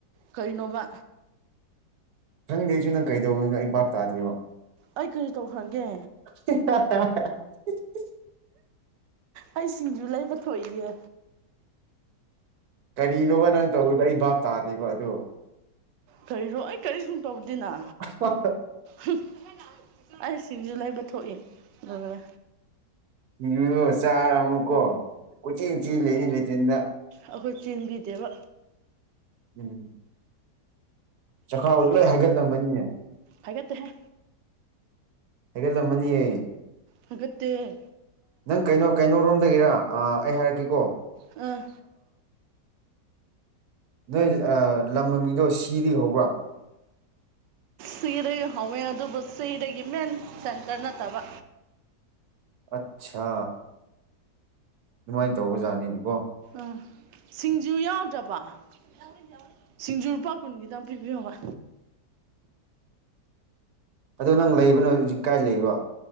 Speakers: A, on the right; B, on the right.
A: ꯀꯩꯅꯣꯕ
B: ꯈꯪꯗꯦ ꯑꯩꯁꯨ ꯅꯪ ꯀꯩꯗꯧꯋꯤꯅꯣ ꯑꯩ ꯕꯥꯞ ꯇꯥꯗꯦꯕ
A: ꯑꯩ ꯀꯔꯤ ꯇꯧꯈ꯭ꯔꯒꯦ
B: <unintelligible> <unintelligible>
A: ꯑꯩ ꯁꯤꯡꯖꯨ ꯂꯩꯕ ꯊꯣꯛꯏꯌꯦ
B: ꯀꯔꯤꯅꯣꯕ ꯅꯪ ꯇꯧꯔꯤꯗꯣ ꯑꯩ ꯚꯥꯞ ꯇꯥꯗꯦꯕ ꯑꯗꯣ
A: ꯀꯔꯤꯔꯣ ꯑꯩ ꯀꯔꯤꯁꯨꯝ ꯇꯧꯗꯦꯅ
B: ꯑꯁ ꯋꯥ
A: ꯍꯨꯝ ꯑꯩ ꯁꯤꯡꯖꯨ ꯂꯩꯕ ꯊꯣꯛꯏ ꯗꯧꯔꯦ
B: ꯁꯤꯡꯖꯨꯗꯣ ꯆꯥꯔ ꯑꯃꯨꯛꯀꯣ ꯀꯣꯏꯆꯦꯟ ꯆꯦꯟ ꯂꯩꯅꯤ ꯂꯦꯇ꯭ꯔꯤꯟꯗ
A: ꯑꯩꯈꯣꯏ ꯆꯦꯟꯕꯤꯗꯦꯕ
B: ꯎꯝ ꯆꯈꯥꯎꯁꯨ ꯂꯣꯏ ꯍꯩꯒꯠꯂꯝꯃꯅꯤꯅꯦ
A: ꯍꯥꯏꯒꯠꯇꯦꯍꯦ
B: ꯍꯩꯒꯠꯂꯝꯃꯅꯤꯌꯦ
A: ꯐꯒꯠꯇꯦ
B: ꯅꯪ ꯀꯩꯅꯣ ꯀꯩꯅꯣꯔꯣꯝꯗꯒꯤꯔ ꯑꯥ ꯑꯩ ꯍꯥꯏꯔꯛꯀꯦꯀꯣ
A: ꯑꯥ
B: ꯅꯣꯏ ꯑ ꯂꯝ ꯃꯃꯤꯡꯗꯣ ꯁꯤꯗꯒꯤ ꯍꯧꯕ꯭ꯔꯥ
A: ꯁꯤꯗꯒꯤ ꯍꯧꯋꯦ ꯑꯗꯨꯕꯨ ꯁꯤꯗꯒꯤ ꯃꯦꯟ ꯁꯦꯟꯇꯔ ꯅꯠꯇꯕ
B: ꯑꯠꯁꯥ ꯑꯗꯨꯃꯥꯏ ꯇꯧꯕ ꯖꯥꯠꯅꯤꯅꯤꯀꯣ
A: ꯑꯥ ꯁꯤꯡꯖꯨ ꯌꯥꯎꯗ꯭ꯔꯕ ꯌꯥꯎꯔꯤ ꯌꯥꯎꯔꯤ ꯁꯤꯡꯖꯨ ꯂꯨꯄꯥ ꯀꯨꯟꯒꯤꯗꯪ ꯄꯤꯕꯤꯌꯣꯕ
B: ꯑꯗꯣ ꯅꯪ ꯂꯩꯕꯅ ꯍꯧꯖꯤꯛ ꯀꯥꯏ ꯂꯩꯕ